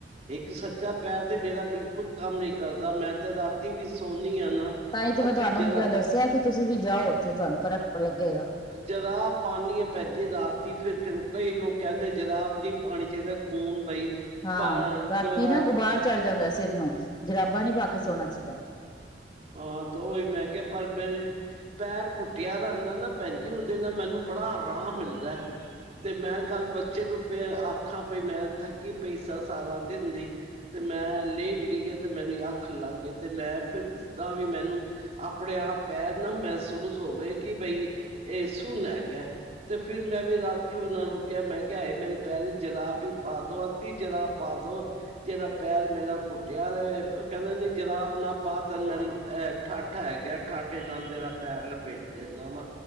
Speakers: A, on the right; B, on the left.
A: ਇੱਕ ਸੱਜਾ ਪੈਰ ਤੇ ਮੇਰਾ ਬਿਲਕੁਲ ਕੰਮ ਨੀ ਕਰਦਾ, ਮੈਂ ਤੇ ਰਾਤੀ ਵੀ ਸੌਦੀ ਹਾਂ ਨਾ
B: ਤਾਂ ਹੀ ਤੇ ਮੈਂ
A: ਅੱਧੀ
B: ਤੁਹਾਨੂੰ
A: ਜਰਾ
B: ਦੱਸਿਆ, ਕਿ ਤੁਸੀਂ ਵੀ ਜਾਓ ਉੱਥੇ ਤੁਹਾਨੂੰ ਫਰਕ ਲੱਗੇਗਾ।
A: ਜਰਾਬ ਪਾਣੀ ਹੈਲ ਭੈਜੀ ਰਾਤੀ ਫਿਰ ਕਈ ਲੋਕ ਕਹਿੰਦੇ ਜਰਾਬ ਨਹੀਂ ਪਾਣੀ ਚਾਹੀਦੀ। ਖੂਨ ਬਈ
B: ਹਾਂ
A: ਬ
B: ਰਾਤੀ
A: ਦੌਰਾ
B: ਨਾ ਗ ਗੁਬਾਰ ਚੜ੍ਹ ਜਾਂਦਾ, ਸਿਰ ਨੂੰ ਜਰਾਬਾਂ ਨੀ ਪਾ ਕੇ ਸੋਣਾ ਚਾਹੀਦਾ।
A: ਹਾਂ ਤੇ ਉਹੀ ਮੈਂ ਕਿਹਾ ਪਰ ਮੇਰੀ ਪੈਰ ਕੁੱਟਿਆ ਰਹਿੰਦਾ ਨਾ ਭੈਣ ਜੀ, ਉਹਦੇ ਨਾਲ ਮੈਨੂੰ ਬੜਾ ਆਰਾਮ ਮਿਲਦਾ। ਤੇ ਮੈਂ ਕੱਲ ਬੱਚੇ ਨੂੰ ਪਏ ਆਖਾਂ ਪਈ ਮੈਂ ਥਕੀ ਪੈਸਾ ਸਾਰਾ ਦਿਨ ਦੀ ਤੇ ਮੈਂ ਲੇਟ ਗਈ, ਆ ਤੇ ਮੈਨੂੰ ਅਖ ਲੱਗ ਗਏ ਤੇ ਮੈਂ ਫਿਰ ਤਾਂ ਵੀ ਮੈਨੂੰ ਆਪਣੇ ਆਪ ਪੈਰ ਨਾ ਮਹਿਸੂਸ ਹੋਵੇ ਕਿ ਬਈ ਇਹ ਸੁੂਨ ਹੇਗਾ। ਤੇ ਫਿਰ ਮੈਂ ਵੀ ਰਾਤੀ ਉਹਨਾਂ ਨੂੰ ਕਿਹਾ ਮੈਂ ਕਿਹਾ, ਇਹ ਮੇਰੇ ਪੈਰੇ ਜਰਾਬ ਹੀ ਪਾ ਦੋ ਅੱਧੀ ਜਰਾਬ ਪਾ ਦੋ ਜਿਹੜਾ ਪੈਰ ਮੇਰਾ ਕੁੱਟਿਆ ਰਹੇ, ਉਹ ਕਹਿੰਦੇ ਨੀ ਜਰਾਬ ਨਾ ਪਾ ਮੈਂਹ ਠਾਠਾ ਹੈਗਾ, ਠਾਠੇ ਨਾਲ ਤੇਰਾ ਪੈਰ ਲਪੇਟ ਦਿੰਦਾ ਵਾਂ